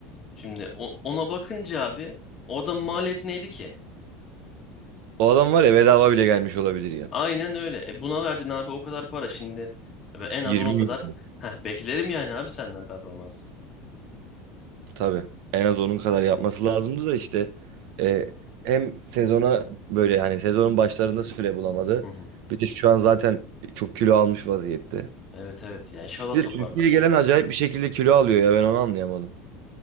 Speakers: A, on the left; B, on the right.
A: şimdi o- ona bakınca abi o adamın maliyeti neydi ki?
B: O adam var ya bedava bile gelmiş olabilir ya.
A: Aynen öyle. E buna verdin abi o kadar para şimdi. E ben en az
B: 20
A: onu kadar
B: milyon.
A: Heh, beklerim yani abi senden performansı.
B: Tabii. En az onun kadar yapması lazımdı da işte e, hem sezona böyle yani sezonun başlarında süre bulamadı.
A: Hı hı.
B: Bir de şu an zaten çok kilo almış vaziyette.
A: Evet evet. Yani inşallah
B: Bir
A: toparlar.
B: de Türkiye'ye gelen acayip bir şekilde kilo alıyor ya ben onu anlayamadım.